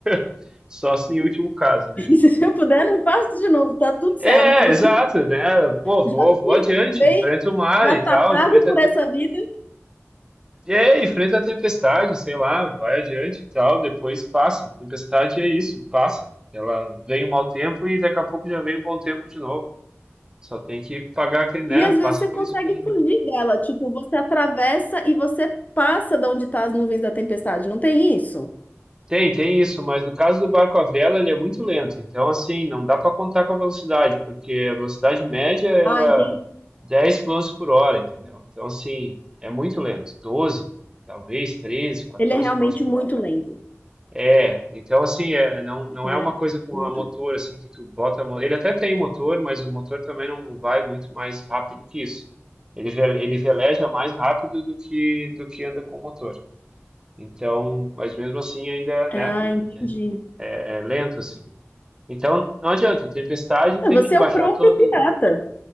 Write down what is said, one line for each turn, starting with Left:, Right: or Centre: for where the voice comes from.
Right: <laughs> Só assim, em último caso, né?
Left: <laughs> Se eu puder, não faço de novo, tá tudo certo.
Right: É, exato, né? Pô, vou,
Left: Já
Right: vou
Left: fiz
Right: adiante,
Left: uma vez,
Right: enfrenta o mar
Left: já
Right: e
Left: tá
Right: tal,
Left: pago
Right: enfrenta
Left: por
Right: a
Left: essa vida.
Right: E é, enfrenta a tempestade, sei lá, vai adiante e tal, depois passa. Tempestade é isso, passa. Ela vem um mau tempo e daqui a pouco já vem um bom tempo de novo. Só tem que pagar aquele, né?
Left: E às
Right: Passa
Left: vezes você
Right: aqueles
Left: consegue
Right: perrenguinho.
Left: fugir dela. Tipo, você atravessa e você passa de onde tá as nuvens da tempestade. Não tem isso?
Right: Tem, tem isso, mas no caso do barco à vela, ele é muito lento. Então, assim, não dá para contar com a velocidade, porque a velocidade média era
Left: Ah, entendi.
Right: 10 quilômetros por hora, entendeu? Então, assim, é muito lento. 12, talvez 13, 14
Left: Ele é realmente
Right: quilômetros por
Left: muito
Right: hora.
Left: lento.
Right: É, então assim, é, não, não
Left: É,
Right: é uma coisa com
Left: muito.
Right: a motor assim que tu bota a mão. Ele até tem motor, mas o motor também não vai muito mais rápido que isso. Ele, ve- ele veleja mais rápido do que do que anda com o motor. Então, mas mesmo assim ainda,
Left: Ah,
Right: né,
Left: entendi.
Right: é é lento assim. Então, não adianta, tempestade tem
Left: Ah, Você
Right: que baixar
Left: é o próprio
Right: todo.
Left: pirata.